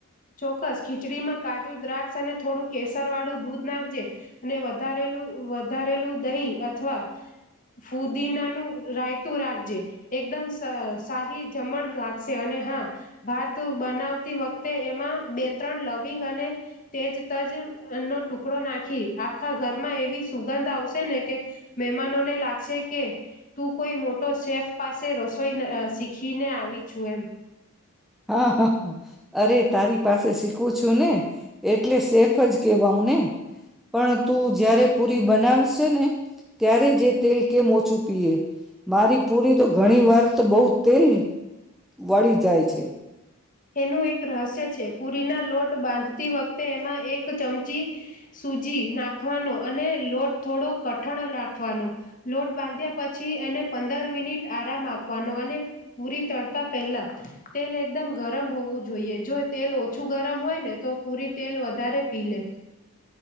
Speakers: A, on the left (about 35°); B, in the centre.
A: ચોક્કસ ખીચડીમાં કાજુ, દ્રાક્ષ અને થોડુંક કેસરવાળું દૂધ નાખજે અને વધારેલું વધારેલું દહીં અથવા ફુદીનાનું રાયતું રાખજે એકદમ સા સાહી જમણ લાગશે અને હા ભાત બનાવતી વખતે એ માં બે ત્રણ લવિંગ અને તેજ તજનો ટુકડો નાખી આખા ઘરમાં એવી સુગંધ આવશે ને કે મહેમાનોને લાગશે કે તું કોઈ મોટો શેફ પાસે રસોઈ શીખીને આવી છું એમ.
B: હા હા હા અરે તારી પાસે શીખવું છું ને એટલે સેફ જ કેહવાઉ ને પણ તું જયારે પુરી બનાવશે ને ત્યારે જે તેલ કેમ ઓછું તુ પીએ. મારી પૂરી તો ઘણી વાર તો બઉ તેલ વળી જાય છે.
A: એનું એક રહસ્ય છે પૂરીના લોટ બાંધતી વખતે એમાં એક ચમચી સુૂજી નાખવાનો અને લોટ થોડો કઠણ નાખવાનો લોટ બાંધ્યા પછી એને પંદર મિનિટ આરામ આપવાનો અને પૂરી તડ તા પહેલા તેલ એકદમ ગરમ હોવું જોઈએ જો તેલ ઓછું ગરમ હોય ને તો પૂરી તેલ વધારે પી લે.